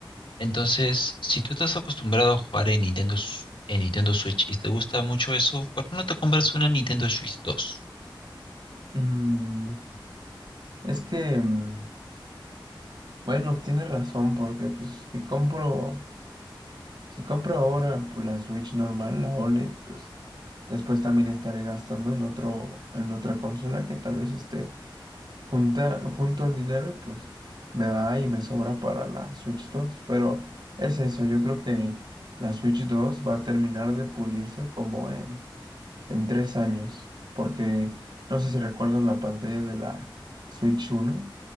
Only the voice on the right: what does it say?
Mm, es que mm, Bueno, tienes razón, porque pues si compro, si compro ahora pues, la Switch normal, la OLED, pues después también estaré gastando en otro, en otra consola que tal vez esté junta, junto al dinero y pues me da y me sobra para la Switch dos Pero es eso, yo creo que la Switch dos va a terminar de pulirse como en en tres años, porque no sé si recuerdas la pantalla de la Switch uno